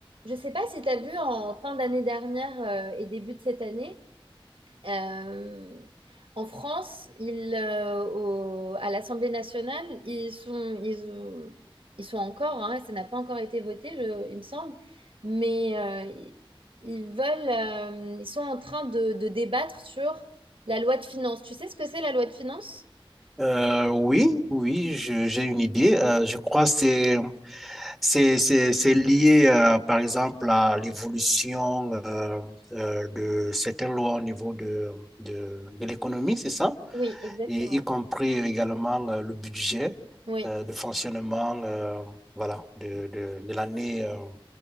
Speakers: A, on the right (about 70°); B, in the centre.
A: Je sais pas si tu as vu en fin d'année dernière euh, et début de cette année, euh, en France, ils, euh, au- à l'Assemblée nationale, ils sont, ils, ont- ils sont encore, hein, ça n'a pas encore été voté, je- il me semble, mais euh, ils ils veulent, euh, ils sont en train de, de débattre sur la loi de finances. Tu sais ce que c'est la loi de finances?
B: Euh, oui, oui, je- j'ai une idée. Euh, je crois que c'est c'est c'est c'est lié, euh, par exemple, à l'évolution euh, euh, de certaines lois au niveau de de, de l'économie, c'est ça?
A: Oui, exactement.
B: Et y compris également euh, le budget
A: Oui.
B: euh, de fonctionnement, euh, voilà, de de, de l'année euh,